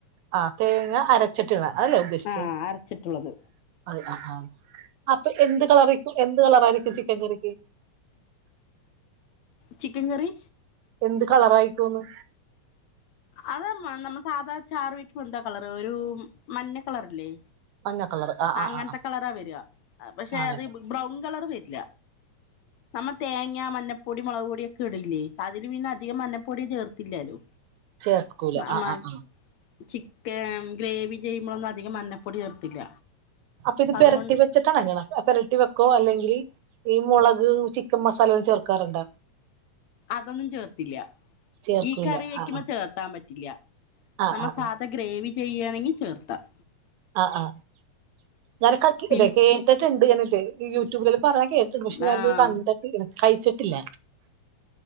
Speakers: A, on the right; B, on the left.
A: ആ തേങ്ങ അരച്ചിട്ടിണ അതല്ലേ ഉദ്ദേശിചെ
B: ആ അരച്ചിട്ടുള്ളത്
A: അത് ആ ആ അപ്പൊ എന്ത് കളറയ്ക്കും എന്ത് കളറായിരിക്കും <unintelligible>
B: ചിക്കൻ കറി
A: എന്ത് കളറായിക്കോന്ന്
B: അതാ നമ്മൾ സാധാരണ ചാർ വയ്ക്ക് വന്താ കളർ ഒരു മഞ്ഞ കളറല്ലേ
A: മഞ്ഞ കളർ ആ ആ
B: അങ്ങനത്തെ
A: ആ ആ
B: കളറാ വരാ പക്ഷെ
A: ആണല്ലേ
B: അത് ബ്രൗൺ കളർ വരില്ല നമ്മ തേങ്ങ മഞ്ഞപ്പൊടി മുളക് പൊടിയൊക്കെ ഇടില്ലേ അതിനു പിന്നെ അധികം മഞ്ഞപ്പൊടി ചേർത്തില്ലല്ലോ
A: ചേർകൂല
B: നമ്മ
A: ആഹ് ആഹ്
B: ചിക്കൻ ഗ്രേവി ചെയ്യുമ്പോഴൊന്നും അധികം മഞ്ഞപ്പൊടി ചേർത്തില്ല
A: അപ്പൊ ഇത്
B: അതുകൊണ്ട്
A: പെരട്ടി വെച്ചിട്ടാണ് അങ്ങനെ പെരട്ടി വെക്കോ അല്ലെങ്കിൽ ഈ മുളക് ചിക്കൻ മസാലയെല്ലാം ചേർക്കാറുണ്ടോ
B: അതൊന്നും ചേർത്തില്ല
A: ചേർക്കൂല
B: ഈ കറി വെക്കുമ്പോ
A: ആ
B: ചേർത്താൻ പറ്റും ഇല്ല
A: ആ
B: നമ്മൾ
A: ആ
B: സാധാ ഗ്രേവി ചെയ്യുകയാണെങ്കിൽ ചേർത്താം
A: ആഹ് ആഹ് ഞാനൊ <unintelligible>
B: പിൻ
A: കേട്ടിട്ടുണ്ട് ഞ യൂട്യൂബില് പറഞ്ഞ കേട്ടിട്ടണ്ട് പക്ഷെ ഞാനത്
B: ആഹ്
A: കണ്ടിട്ട് കഴിച്ചിട്ടില്ല